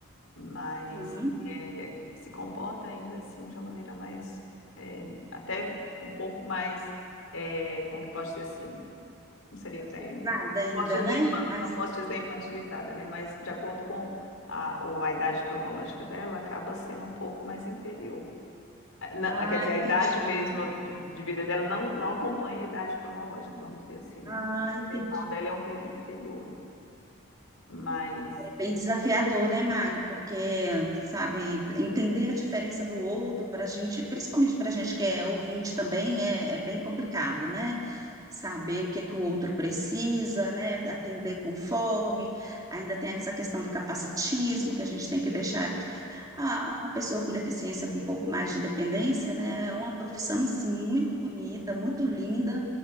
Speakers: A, on the left (about 70°); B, on the right (about 15°).
A: mas
B: Uhum.
A: eh, se comporta ainda assim de uma maneira mais, eh, até um pouco mais, eh, como que posso dizer assim, não seria
B: Facilitada
A: até, não
B: ainda,
A: posso dizer,
B: né?
A: infan-
B: Mas,
A: não posso dizer infantilizada, né? Mas de acordo com a, ou a idade cronológica dela, acaba sendo um pouco mais inferior. Eh, Não,
B: ah,
A: ah, quer dizer,
B: entendi.
A: a idade mesmo de de vida dela não, não acompanha a idade cronológica, vamos dizer assim, né?
B: Ah,
A: A idade
B: entendi.
A: mental dela é um pouquinho inferior ainda, mas...
B: Bem desafiador, né, Mag? Porque,
A: é.
B: sabe, entender a diferença do outro para a gente, principalmente para a gente que é ouvinte também, é, é bem complicado, né? Saber o que que o outro precisa, né? Atender conforme. Ainda tem essa questão do capacitismo, que a gente tem que deixar a, a pessoa com deficiência com um pouco mais de independência, né? É uma profissão, assim, muito bonita, muito linda,